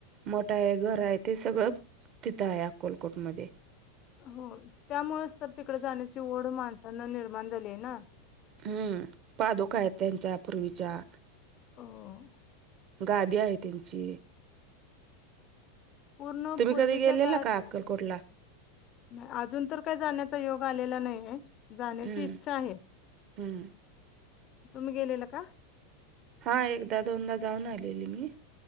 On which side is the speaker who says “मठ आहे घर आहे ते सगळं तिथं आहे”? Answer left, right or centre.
Right